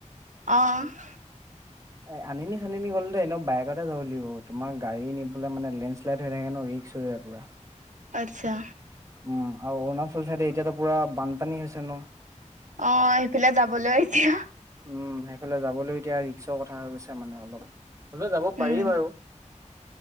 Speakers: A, on the right; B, on the right.
A: অৱ।
B: এ আনি চানিনি গ'ল দে এনে বাইকতে যাব লাগিব তুমাৰ গাড়ী নিবলে মানে লেঞ্চলাইড হৈ থাকে ন। পিছৰে পৰা।
A: আচ্ছা।
B: উম আৰু অৰুণাচল চাইডে এতিয়াতো পুৰা বানপানী হৈছে ন।
A: অৱ সেইফালে যাবলৈ এতিয়া।
B: উম সেইফালে যাবলৈ এতিয়া ৰিক্সৰ কথা হৈ গৈছে মানে অলপ, হ'লেও যাব
A: উম
B: পাৰি বাৰু।